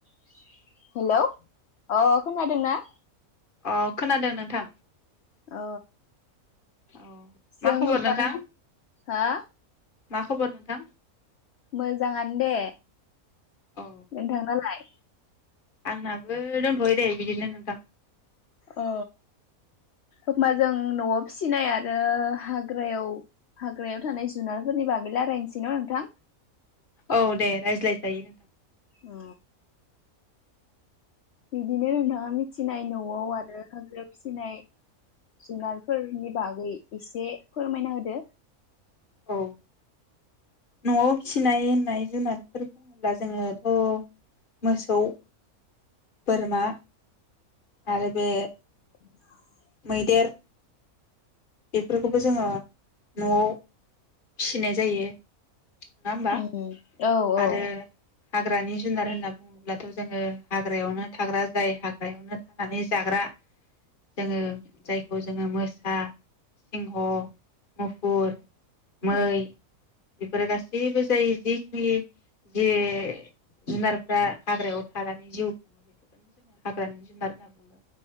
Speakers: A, on the left (about 55°); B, on the left (about 40°).
A: <inaudible> हेलौ अ खोनादों ना?
B: अ खोनादों नोंथां
A: औ
B: औ
A: जों
B: मा खबर
A: होमबा
B: नोंथां
A: हा
B: मा खबर नोंथां?
A: मोजाङानो दे
B: औ
A: नोंथां नालाय
B: आंनाबो दंथ'यो दे बिदिनो नोंथां।
A: अ ओमबा जों न'आव फिसिनाय आरो हाग्रायाव हाग्रायाव थानाय जुनारफोरनि बागै रायलायनोसै न' नोंथां
B: औ दे रायज्लायजायो नोंथां
A: अ बिदिनो नोंथाङा मिथिनाय न'आव आरो हाग्रायाव फिसिनाय जुनारफोरनि बागै एसे फोरमायना होदो।
B: औ न'आव फिनाय होननाय जुनारफोर बुङोब्ला जोङोथ' मोसौ बोरमा आरो बे
A: <inaudible>
B: मैदेर बेफोरखौबो जोङो न'आव फिसिनाय जायो नङा होमबा
A: ओम औ औ
B: आरो हाग्रानि जुनार होनना बुङोब्लाथ' जोङो हाग्रायावनो थाग्रा जाय हाग्रायावनो थानानै जाग्रा जोङो जायखौ जोङो मोसा सिंह मुफुर मै
A: उम
B: बेफोरो गासैबो जाय जिखिनि जेरै जुनारफ्रा हाग्रायाव थानानै जिउ खुङो बेफोरखौनो जोङो हाग्रानि जुनार होनना बुङो